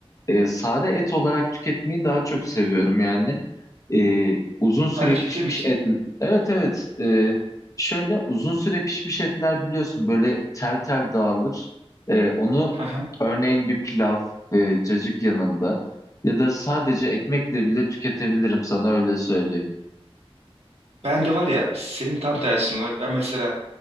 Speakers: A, on the left; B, on the right.
A: e, sade et olarak tüketmeyi daha çok seviyorum yani. E, uzun süre
B: Sen ciddi
A: pişmiş
B: misin?
A: et. Evet evet. E, şöyle uzun süre pişmiş etler biliyorsun böyle tel tel dağılır. E, onu
B: Hı hı.
A: örneğin bir pilav, e, cacık yanında ya da sadece ekmekle bile tüketebilirim sana öyle söyleyeyim.
B: Ben de var ya senin tam tersin olarak ben mesela